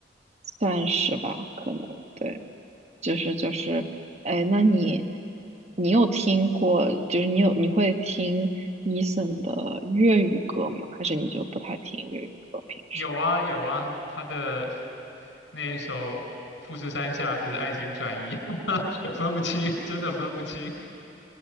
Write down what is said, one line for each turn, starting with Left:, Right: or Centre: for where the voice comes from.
Right: 算是吧，可能对。就是就是，哎，那你你有听过，就是你有你会听 Eason 的粤语歌吗？还是你就不太听粤语歌？平时
Left: 有啊有啊，他的那一首《富士山下》还是《爱情转移》，<laughs> 分不清，真的分不清。